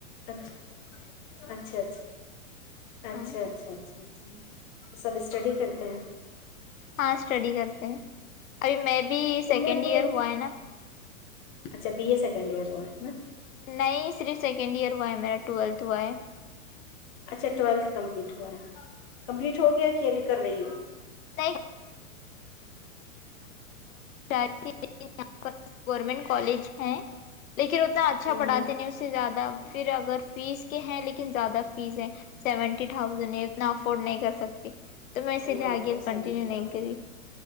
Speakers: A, on the left; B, on the left.
A: اچھا اچھا اچھا اچھا اچھا
B: ہاں
A: اچھا اچھا اچھا وہ سب اسٹڈی کرتے ہیں
B: ہاں اسٹڈی کرتے ہیں ابھی میں بھی
A: تم
B: سیکنڈ
A: نے اپنے
B: ایئر ہوا ہے نا
A: اچھا بی ای سیکنڈ ایئر وہا ہےا
B: نہیں صرف سیکنڈ ایئر ہوا ہے میرا ٹویلتھ ہوا ہے
A: اچھا ٹویلتھ کمپٹیٹ کمپلیٹ ہو گیا ک ابھی کر رہی ہو
B: نہیں لیکن یہاں گورنمنٹ کالج ہے لیکن اتنا اچھا
A: ہوں
B: پڑھاتے
A: ہوں
B: نہیں اس سے زیادہ پھر اگر فیس کے ہیں لیکن زیادہ فیس ہے سیونٹی تھاؤزینڈ ہے اتنا افورڈ نہیں کر سکتی تو میں
A: ارے
B: س لیے
A: باپ
B: آگے
A: رے
B: کنٹیینیو
A: سیونٹی تھاؤزینڈ
B: نہیں کری